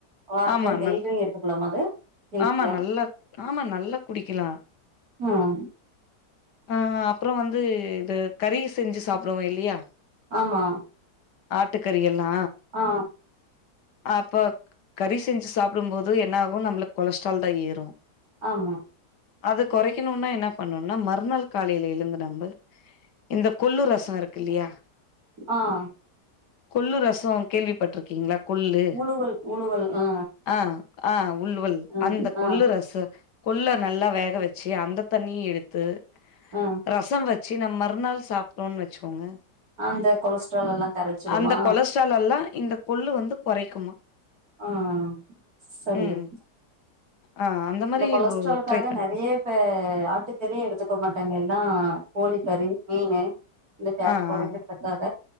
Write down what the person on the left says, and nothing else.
ஆமா
நல்
ஆமா நல்ல ஆமா நல்லா குடிக்கலா.
அ அப்பறோ வந்து இத கறி செஞ்சு சாப்டுவோ இல்லியா
ஆட்டுக்கறி எல்லா
அப்ப கறி செஞ்சு சாப்டும் போது என்ன ஆகு நம்மளுக்கு கொலஸ்ட்ரால்தா ஏறு
அத கொறைக்கணுனா என்ன பண்ணுன்னா மறுநாள் காலைல எழுந்து நம்ப இந்த கொல்லு ரசோ இருக்கில்லியா
கொல்லு ரசோ கேள்விப்பட்ருக்கீங்ளா? கொள்ளு
அ அ உள்வல்
அந்த
கொள்ளு ரசு கொள்ள நல்லா வேக வெச்சு அந்த தண்ணி எடுத்து
ரசம் வச்சி நம் மறுநாள் சாப்டோன் வச்சுக்கோங்க
<inaudible>
அந்த கொலஸ்ட்ரால் எல்லா இந்த கொள்ளு வந்து கொறைக்குமா
ம் ஆ அந்த மாரி
ட்ரை பண்ணு
ஆ
ஆ